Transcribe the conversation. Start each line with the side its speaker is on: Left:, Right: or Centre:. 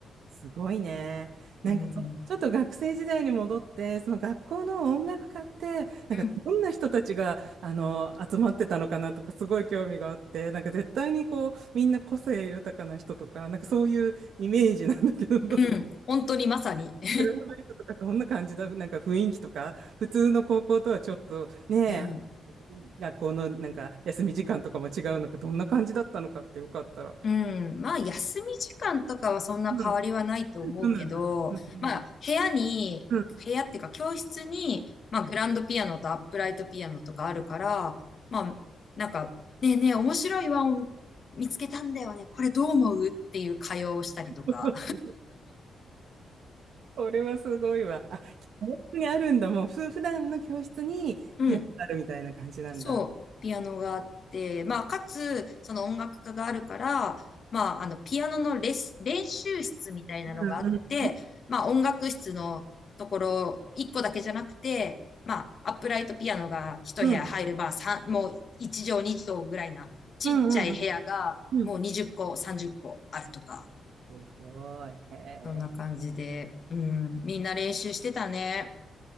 Right: すごいね。なんかその、
Left: うん。
Right: ちょっと学生時代に戻って、その学校の音楽家って、なんかどんな人たちが、
Left: うん
Right: あの、集まってたのかなとか、すごい興味があって、なんか絶対にこう、みんな個性豊かな人とか、なんかそういうイメージなんだけど、どう
Left: うん、本当にまさに。<laughs>
Right: クラスメイトとかどんな感じだ、なんか雰囲気とか、普通の高校とはちょっとね、
Left: うん。
Right: 学校のなんか休み時間とかも違うのか、どんな感じだったのかってよかったら。
Left: うん。まあ、休み時間とかはそんな変わりはないと思うけど、
Right: うん、そうなんだ。うん
Left: まあ、部屋に、
Right: うん。うん
Left: 部屋っていうか教室に、まあ、グランドピアノとアップライトピアノとかあるから、まあ、なんか、ねえねえ、面白い和音見つけたんだよね。これどう思うっていう会話をしたりとか。
Right: <laughs> これはすごいわ。あ、教室にあるんだ。もう、ふ、普段の教室にピアノあるみたいな感じなんだ。
Left: <laughs> うん。そう、ピアノがあって、まあ、かつ、その音楽家があるから、まあ、あの、ピアノのレス、練習室みたいなのがあって、
Right: うんうん。
Left: まあ、音楽室のところ、1個だけじゃなくて、まあ、アップライトピアノが1部屋入る、
Right: うん
Left: まあ、さんもう1畳2畳ぐらいな、ちっちゃい部屋が、
Right: うんうんうん。うん
Left: もう20個、30個あるとか、
Right: すごい。へえ。
Left: そんな感じで、うん、みんな練習してたね。